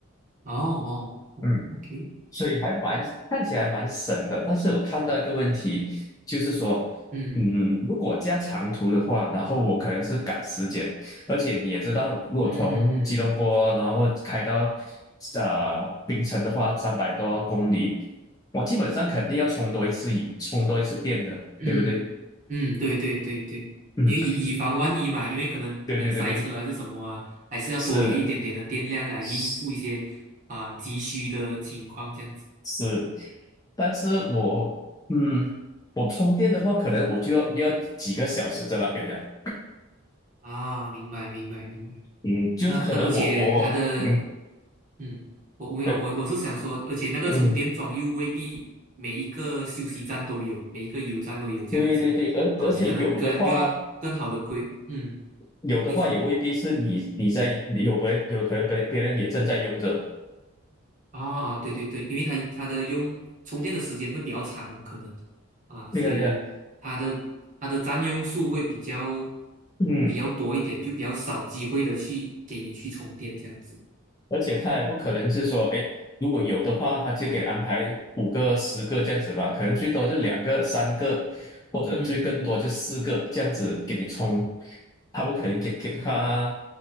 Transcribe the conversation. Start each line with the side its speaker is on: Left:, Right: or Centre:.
Right: 哦哦
Left: 嗯，
Right: ，OK，
Left: 所以还蛮看起来蛮省的。但是我看到一个问题，就是说，
Right: 嗯
Left: 嗯，如果加长途的话，然后我可能是赶时间，而且你也知道，如果从吉隆坡然后开到
Right: 嗯嗯
Left: 呃槟城的话，三百多公里，我基本上肯定要充多一次油，充多一次电的，
Right: 嗯嗯，
Left: 对不对？
Right: 对对对对，
Left: 嗯，
Right: 因为以以防万一嘛，因为可能有塞车还是什么啊，
Left: 对对对对，
Right: 还是要多余一点点的电量来应付一些啊、
Left: 是是，
Right: 急需的情况这样子。
Left: 是但是我嗯，我充电的话，可能我就要要几个小时在那边了。
Right: 啊，明白明白明白。
Left: 嗯，就是可能我我嗯
Right: 那那而且它的，嗯，我我没有我我是想说，
Left: 对
Right: 而且那个充电桩又未必每一个休息站都有，
Left: 嗯
Right: 每一个油站都有这样子啊，
Left: 对对对，而而且有的话
Right: 你可能更又要更好的规，嗯，
Left: 有的话也未必是你你在有别人有可能别别人也正在用着，
Right: 你说啊啊，对对对，因为它它的用充电的时间会比较长，可能啊，
Left: 对呀对呀，
Right: 所以它的它的占用数会比较
Left: 嗯，
Right: 比较多一点，就比较少机会的去给你去充电这样子，
Left: 而且他也不可能是说，哎，如果有的话，他就给安排五个十个这样子吧，可能最多就两个三个，或者最更多就四个这样子给你充，
Right: 嗯嗯
Left: 他不可能给给他，
Right: 嗯。